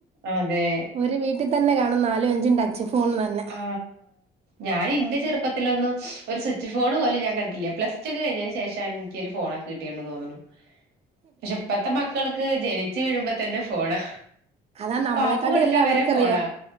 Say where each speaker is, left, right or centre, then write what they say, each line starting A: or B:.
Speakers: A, on the right; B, on the right.
A: അതെ
B: ഒരു വീട്ടിൽ തന്നെ കാണും നാലുംഅഞ്ചും ടച്ച് ഫോൺ തന്നെ
A: ആ ഞാനിന്റെ ചെറുപ്പത്തിലൊന്നും ഒരു സ്വിച്ച് ഫോൺ പോലും ലും ഞാൻ കണ്ടിട്ടില്ല പ്ലസ് ടു ഒക്കെ കഴിഞ്ഞതിന് ശേഷമാണ് എനി ക്കൊരു ഫോണ് കിട്ടിയിട്ടുണ്ടന്ന് തോന്നുന്നു പക്ഷെ പെത്തെന്മാർക് മക്കൾക്ക് ജനിച്ചു വീഴുമ്പോ തന്നെ ഫോണാ
B: അതാ നമ്മളെക്കാട്ടിലും
A: പാപ്പു കൊടുക്കാൻ
B: എല്ലാം അവർക്കറിയാം
A: വരെ ഫോണാ